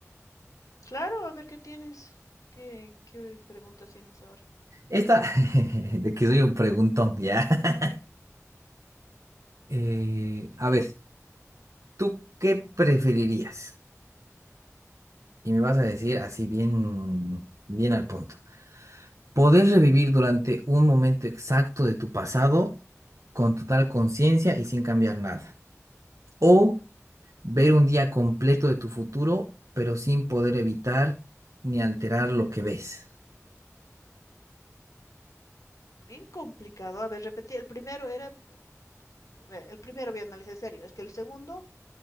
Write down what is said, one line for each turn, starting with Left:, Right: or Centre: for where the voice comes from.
Left: Claro, a ver qué tienes. ¿Qué, qué preguntas tienes ahora?
Right: Esta, <laughs> de que soy un preguntón, ya. <laughs> Eh, a ver, ¿tú qué preferirías? Y me vas a decir así bien, bien al punto. ¿Poder revivir durante un momento exacto de tu pasado con total conciencia y sin cambiar nada? ¿O ver un día completo de tu futuro, pero sin poder evitar ni alterar lo que ves?
Left: Bien complicado. A ver, repetí. El primero era. a ver, El primero voy a analizar en serio. Es que el segundo.